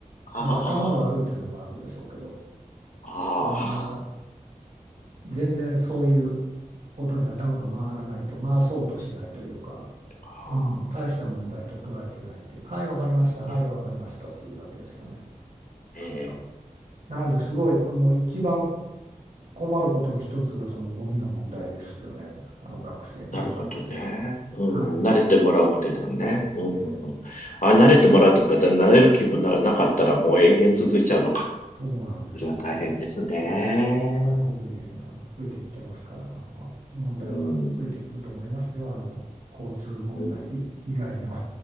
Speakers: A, on the left; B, on the right.
A: あ。
B: まあ、頭が悪いというのもあるんでしょうけど、
A: あ
B: あの、全然そういうことに頭が回らないと、回そうとしないというか、
A: あ、
B: うん、
A: ああ
B: 大した問題と捉えてないという、はい、わかりました、はい、
A: ええ、
B: わかりましたっていうだけですよね、
A: ええ
B: 彼らは。なんですごい、もう一番困ることの一つがそのゴミの問題ですよね、あの学生、留学生の。
A: なるほどね。うん、
B: は
A: 慣れてもらうまでだね。うん、
B: い。で、
A: うん、うん。あ、慣れてもらうとか、だ慣れる気もな、なかったらもう永遠続いちゃうのか。
B: そうなんですよ、
A: それは大変ですね。
B: もうね、外国人あの増えてきてますから、まあ、問題は増えてくると思いますよ、
A: うん、
B: あの交通問題い以外にも。
A: うん。